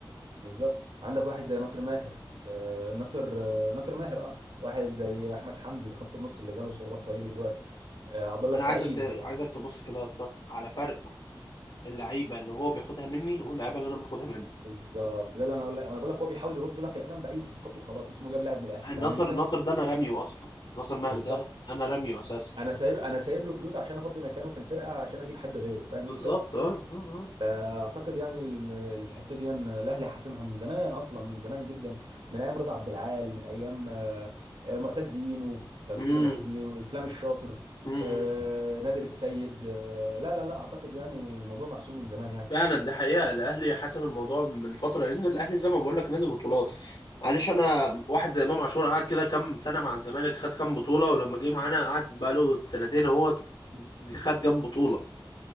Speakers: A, on the right; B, on the left.
A: بالظبط عندك واحد زي ناصر ماهر آه ناصر آه ناصر ماهر اه واحد زي احمد حمدي اللي خط النص اللي جاله صليبي دلوقتي آه عبد الله
B: انا
A: السعيد
B: عايزك ت... عايزك تبص كده يا اسطى على فرق اللعيبه اللي هو بياخدها مني واللعيبه اللي انا باخدها منه
A: بالظبط ده اللي انا اقول لك انا بقول لك هو بيحاول يرد لك القلم باي صفقات وخلاص اسمه جاب لاعب من الاهلي فاهم
B: ناصر
A: انت
B: ناصر ده انا راميه اصلا ناصر ماهر
A: بالظبط
B: ده انا راميه اساسا
A: انا سايب انا سايب له فلوس عشان افضي مكانه في الفرقه عشان اجيب حد غيره فاهم
B: بالظبط
A: انت
B: اه اه اه
A: فاعتقد يعني الم- الحته دي إن الاهلي حاسمها من زمان اصلا من زمان جدا من ايام رضا عبد العال من ايام آه، آه، معتز اينو لو تفتكر
B: امم
A: معتز اينو اسلام الشاطر
B: امم
A: آه، نادر السيد آه، لا لا لا اعتقد يعني الموضوع محسوم من زمان يعني
B: فعلا ده حقيقه الاهلي حسم الموضوع من فتره لان الاهلي زي ما بقول لك نادي بطولات معلش انا واحد زي امام عاشور قعد كده كام سنه مع الزمالك خد كام بطوله ولما جه معانا قعد بقاله سنتين اهو خد كام بطوله